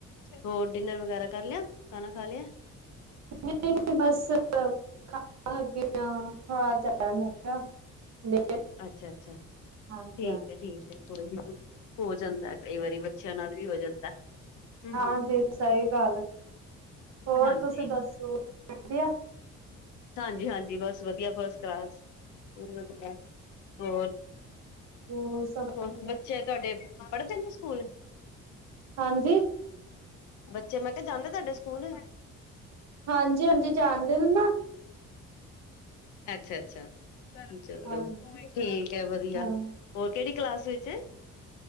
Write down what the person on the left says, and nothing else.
ਹੋਰ ਡਿਨਰ ਵਗੈਰਾ ਕਰ ਲਿਆ ਖਾਣਾ ਖਾ ਲਿਆ
ਅੱਛਾ-ਅੱਛਾ,
ਠੀਕ
ਐ, ਠੀਕ ਐ ਉਹੀ ਹੋ ਜਾਂਦਾ ਕਈ ਵਾਰੀ ਬੱਚਿਆਂ ਨਾਲ ਵੀ ਹੋ ਜਾਂਦਾ ਹੂੰ-ਹੂੰ
ਹਾਂਜੀ,
ਹਾਂਜੀ -ਹਾਂਜੀ ਬਸ ਵਧ ਆਉਂਦੀ ਆ ਫਸਟ ਕਲਾਸ, ਹੋਰ
ਹੂੰਛ
ਬੱਚੇ ਤੁਹਾਡੇ ਪੜਦੇ ਨੇ ਸਕੂਲ
ਬੱਚੇ ਮੈਂ ਕਿਹਾ ਜਾਂਦੇ ਤੁਹਾਡੇ ਸਕੂਲ
ਅੱਛਾ -ਅੱਛਾ। ਚਲੋ
ਠੀਕ ਹੈ ਵਧੀਆ
ਹੋਰ ਕਿਹੜੀ ਕਲਾਸ ਵਿੱਚ